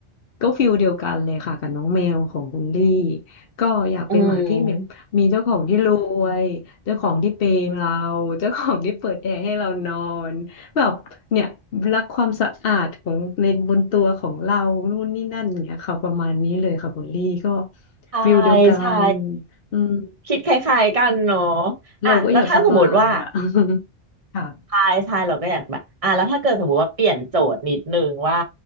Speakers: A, on the left; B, on the right.
A: ก็ฟิลเดียวกันเลยค่ะกับน้องแมวของคุณลี่ก็อยากเป็นหมาที่เหมียว
B: อืม
A: มีเจ้าของที่รวยเจ้าของที่เปย์เราเจ้าของที่เปิดแอร์ให้เรานอนแบบเนี่ยรักความสะอาดของในบนตัวของเรา นู่นนี่นั่นเนี่ยค่ะประมาณนี้เลยค่ะคุณลี่ก็
B: ใช่
A: ฟิลเดียวกัน
B: ใช่
A: อืม
B: คิดคล้ายๆกันเนาะ
A: เราก็อยากสบายอ่ะ
B: อ่ะแล้วถ้าสมมติว่า
A: <laughs> ค่ะ
B: ใช่ใช่เราก็อยากแบบอ่ะแล้วถ้าเกิดสมมติว่าเปลี่ยนโจทย์นิดนึงว่า